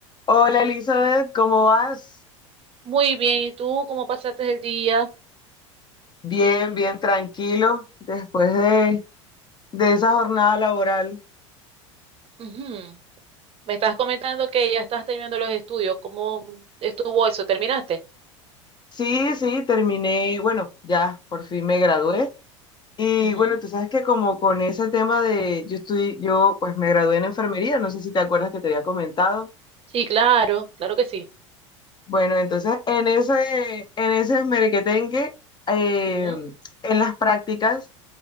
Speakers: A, on the left; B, on the right.
A: Hola Elizabeth, ¿cómo vas?
B: Muy bien, ¿y tú cómo pasaste el día?
A: Bien, bien, tranquilo después de, de esa jornada laboral.
B: Ujú. Me estás comentando que ya estás terminando los estudios. ¿Cómo estuvo eso? ¿Terminaste?
A: Sí, sí, terminé, bueno, ya por fin me gradué. Y
B: Ujú.
A: bueno, tú sabes que como con ese tema de, yo estoy, yo pues me gradué en enfermería, no sé si te acuerdas que te había comentado.
B: Sí, claro, claro que sí.
A: Bueno, entonces en ese, en ese merequetengue, eh,
B: Ujú.
A: en las prácticas.